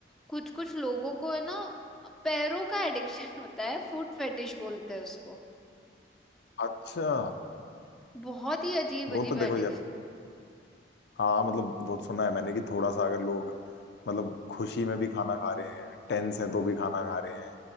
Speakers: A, in the centre; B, on the left.
A: कुछ कुछ लोगों को है ना पैरों का एडिक्शन <laughs> होता है फूड फेटिश बोलते हैं उसको
B: अच्छा
A: बहुत ही अजीब अजीब
B: वो तो देखो
A: एडिक्शन
B: यार हाँ मतलब वो सुना है मैंने कि थोड़ा सा अगर लोग मतलब खुशी में भी खाना खा रहे हैं टेंस हैं तो भी खाना खा रहे हैं